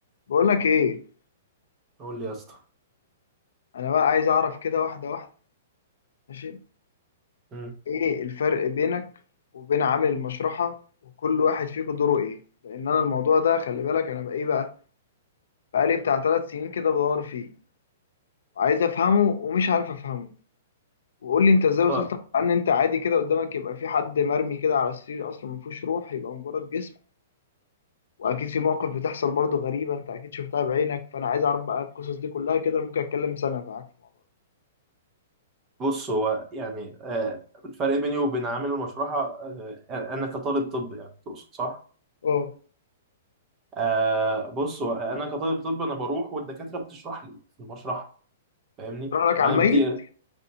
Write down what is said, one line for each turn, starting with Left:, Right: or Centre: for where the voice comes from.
Left: بقول لك ايه
Right: قول لي يا اسطى
Left: انا بقى عايز اعرف كده واحده واحده ماشي
Right: مم.
Left: ايه الفرق بينك وبين عامل المشرحه وكل واحد فيكم دوره ايه لان انا الموضوع ده خلي بالك انا بقى ايه بقى بقالي بتاع ثلاث سنين كده بدور فيه عايز افهمه ومش عارف افهمه وقول لي انت ازاي وصلت
Right: طيب
Left: لمرحلة ان انت عادي كده قدامك يبقى في حد مرمي كده على السرير اصلا ما فيهوش روح يبقى مجرد جسم واكيد في مواقف بتحصل برضو غريبه انت اكيد شفتها بعينك فانا عايز اعرف بقى القصص دي كلها كده ممكن اتكلم سنه معاك في الموضوع
Right: بص هو يعني آه الفرق بيني وبين عامل المشرحة آه انا كطالب طب يعني تقصد صح
Left: ده. اه
Right: آه بص هو انا كطالب طب انا بروح والدكاترة بتشرح لي في المشرحة فاهمني
Left: تروح لك على
Right: انا
Left: الميت
Right: بدي